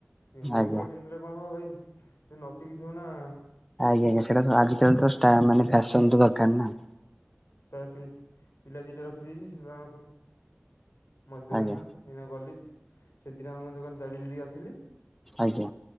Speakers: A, on the left; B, in the centre.
A: ଜିନିଷ
B: ଆଜ୍ଞା
A: ପତ୍ର କିଣିଦେ ଲେ କଣ ହବ ଭାଇ। ନସିକି ଥିବ ନା
B: ଆଜ୍ଞା ଆଜ୍ଞା, ସେଟା ଆଜି କାଲି
A: ତାପରେ
B: ତ ମାନେ
A: ପିଲା
B: ଫ୍ୟାସନ ତ ଦରକାର ନା।
A: ତା ପି ପିଲା ଦିଟା ରଖିଦେଇଛି। ମଝି ଦୋକାନଟା
B: ଆଜ୍ଞା
A: ଏଇନା ଗଲି ସେ ଦିରାଙ୍କ ଦୋକାନ ଚାବି ଦେଇ ଦେଇକି କି ଆସିଲି।
B: ଆଜ୍ଞା।